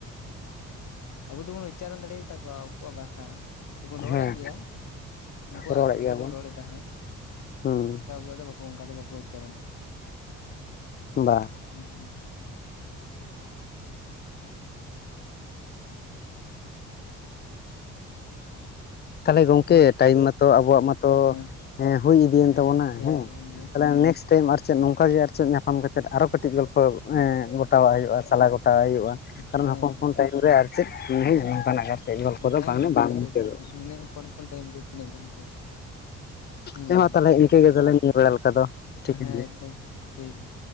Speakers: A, on the left; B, on the left.
A: ᱟᱵᱚ ᱫᱚᱵᱚᱱ ᱩᱪᱟᱨᱚᱱ ᱫᱟᱲᱮ ᱟᱛᱟᱠᱚᱣᱟ᱾ ᱟᱠᱚᱣᱟᱜ ᱵᱷᱟᱥᱟ ᱛᱮᱵᱚᱱ ᱨᱚᱲᱮᱫ
B: ᱦᱮᱸ
A: ᱜᱮᱭᱟ᱾ ᱩᱱᱠᱩᱣᱟᱜ
B: ᱨᱚᱲᱮᱫ
A: ᱛᱮᱜᱮ
B: ᱜᱮᱭᱟᱵᱚᱱ
A: ᱵᱚᱱ ᱨᱚᱲ ᱮᱫᱟ ᱦᱟᱸᱜ᱾
B: ᱦᱩᱸ
A: ᱴᱟ ᱠᱚᱣᱲᱜ ᱫᱚ ᱟᱵᱚᱣᱟ ᱫᱚ ᱚᱱᱠᱟ ᱫᱚ ᱵᱟᱠᱚ ᱩᱪᱪᱟᱨᱚᱱ ᱫᱟᱲᱮᱜ
B: ᱵᱟ᱾
A: ᱦᱩᱸ <inaudible>
B: ᱛᱟᱦᱚᱞᱮ ᱜᱚᱝᱠᱮ
A: ᱛᱚ
B: ᱴᱟᱭᱤᱢ ᱢᱟᱛᱚ ᱟᱵᱚᱣᱟᱜ ᱢᱟᱛᱚ
A: ᱴᱟᱭᱤᱢ ᱢᱟ
B: ᱮᱸ ᱦᱩᱭ ᱤᱫᱤᱭᱮᱱ
A: ᱦᱮᱸ
B: ᱛᱟᱵᱚᱱᱟ
A: ᱦᱩᱭᱮᱱ
B: ᱦᱮᱸ
A: ᱛᱟᱵᱚᱱ ᱜᱮᱭᱟ
B: ᱛᱟᱦᱚᱞᱮ ᱱᱮᱠᱥᱴ ᱛᱟᱭᱚᱢ ᱟᱨ ᱪᱮᱫ ᱱᱚᱝᱠᱟ ᱜᱮ ᱟᱨ ᱪᱮᱫ ᱧᱟᱯᱟᱢ ᱠᱟᱛᱮᱫ ᱟᱨᱚ ᱠᱟᱹᱴᱤᱡ ᱜᱚᱞᱯᱚ ᱮᱸ ᱜᱚᱴᱟᱣᱟᱜ ᱦᱩᱭᱩᱜᱼᱟ, ᱥᱟᱞᱟ ᱜᱚᱴᱟᱣᱟᱜ ᱦᱩᱭᱩᱜᱼᱟ᱾ ᱠᱟᱨᱚᱱ
A: ᱦᱮᱸ
B: ᱦᱚᱯᱚᱱ ᱦᱚᱯᱚᱱ ᱴᱟᱭᱤᱢ ᱨᱮ ᱟᱨ ᱪᱮᱫ ᱟᱨ ᱪᱮᱫ <unintelligible> ᱱᱚᱝᱠᱟᱱᱟᱜ ᱟᱨ ᱪᱮᱫ ᱜᱚᱞᱯᱚ
A: ᱦᱮᱸ
B: ᱫᱚ ᱵᱟᱝ
A: ᱱᱤᱝᱠᱟᱹ
B: ᱞᱮ ᱵᱟᱝ ᱢᱩᱪᱟᱹᱫᱽᱚᱜᱼᱟ᱾
A: ᱜᱮ ᱠᱟᱹᱴᱤᱡ ᱱᱤᱱᱟᱹᱜ ᱦᱚᱯᱚᱱ ᱦᱚᱯᱚᱱ ᱴᱟᱭᱤᱢ ᱨᱮᱫᱚ ᱛᱤᱱᱟᱹᱜ ᱜᱟᱱ <unintelligible> ᱦᱩᱸ
B: ᱦᱮᱸ ᱢᱟ
A: ᱦᱩᱸ
B: ᱛᱟᱦᱚᱞᱮ ᱤᱱᱠᱟᱹ ᱜᱮ ᱛᱟᱦᱚᱞᱮ ᱱᱤᱭᱟᱹ ᱵᱮᱲᱟ ᱞᱮᱠᱟ ᱫᱚ᱾ ᱴᱷᱤᱠᱟᱹᱱ
A: ᱦᱮᱸ
B: ᱜᱮᱭᱟ᱾
A: ᱛᱚ ᱴᱷᱤᱠ ᱜᱮᱭᱟ᱾